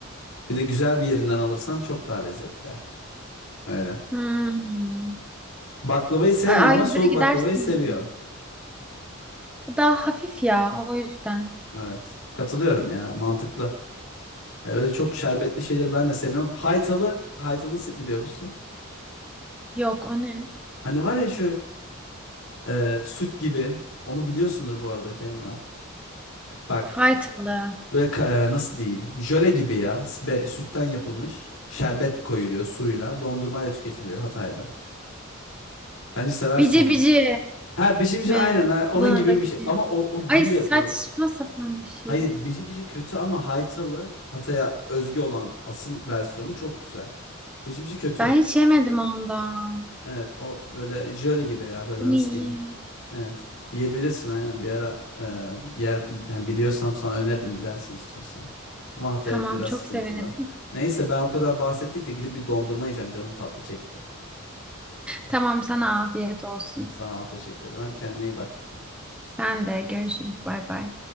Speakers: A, on the left; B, in the centre.
A: Bir de güzel bir yerinden alırsan çok daha lezzetli. Öyle.
B: Hmm.
A: Baklavayı sevmiyorsun
B: Ay, A101'e
A: ama soğuk
B: gidersin.
A: baklavayı seviyorsun.
B: Daha hafif ya o yüzden.
A: Evet. Katılıyorum ya. Mantıklı. Ee, Öyle çok şerbetli şeyleri ben de sevmiyorum. Haytalı. Haytalı se- biliyor musun?
B: Yok o ne?
A: Hani var ya şu e, süt gibi. Onu biliyorsundur bu arada şey mi? Bak
B: Haytalı.
A: böyle ka- e, nasıl diyeyim? Jöle gibi ya. S- be- sütten yapılmış. Şerbet koyuluyor suyla. Dondurmayla tüketiliyor Hatay'da. Bence seversin
B: Bici
A: onu.
B: bici.
A: Ha bici bici
B: mi?
A: aynen ha, onun
B: Adana'daki.
A: gibi bir şey. Ama o, o gülle
B: Ay saçma
A: yapılıyor.
B: sapan bir şey.
A: Hayır bici bici kötü ama Haytalı Hatay'a özgü olan asıl versiyonu çok güzel. Bici bici kötü.
B: Ben hiç yemedim ondan.
A: Evet o böyle jöle gibi ya böyle
B: Bunu
A: nasıl
B: yiyeyim.
A: diyeyim. Evet yiyebilirsin aynen bir ara e, yer yani biliyorsam sana öneririm gidersin istiyorsan. Ama Hatay
B: Tamam
A: biraz
B: çok
A: sıkıntılı.
B: sevinirim. <laughs>
A: Neyse ben o kadar bahsettik de gidip bir dondurma yiyeceğim canım tatlı çekti.
B: Tamam sana afiyet olsun.
A: Sağ ol teşekkür ederim. Hadi kendine iyi bak.
B: Sen de görüşürüz bay bay.